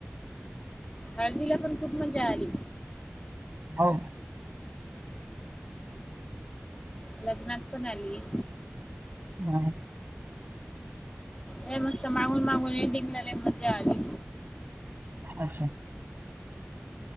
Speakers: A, on the left; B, on the right.
A: हळदीला पण खूप मजा आली
B: हो
A: लग्नास पण आली
B: ह
A: हे नुसतं मागून मागून हे टकणारला मज्जा आली
B: अच्छा